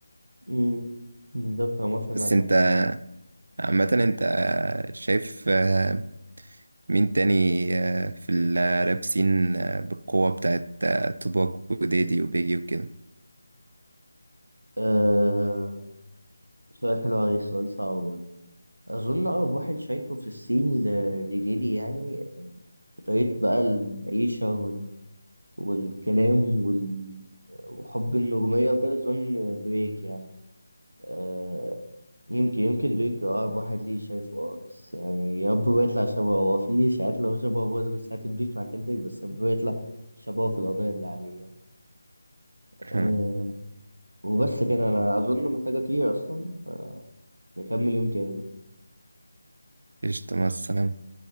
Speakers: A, on the right; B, on the right.
A: امم بالظبط انا موافق معاك
B: بس انت
A: عامة
B: عامة انت شايف آه، مين تاني آه، في الراب سين آه، بالقوة بتاعت آه، طباق وديدي وبيجي وكده
A: آه، سؤال حلو أوي سؤال صعب برضه. أظن أقرب واحد شايفه في الصين ل- لديدي يعني طريقة بقى العيشة والكلام وال... وحب النجومية وكده أظن دريك يعني آه يمكن يمكن دريك أقرب واحد ليه شايفه أه بس يعني يا رب ما يطلع شبهه هو في إشاعات اللي هو شبهه برضه بس هتبيف مع كندريك بس يا رب ما يطلع شبهه في القضايا اللي عليه يعني
B: <laughs>
A: آه وبس كده أنا أظن محتاج أطير أصلا ف نكمل يوم تاني
B: قشطة مع السلامة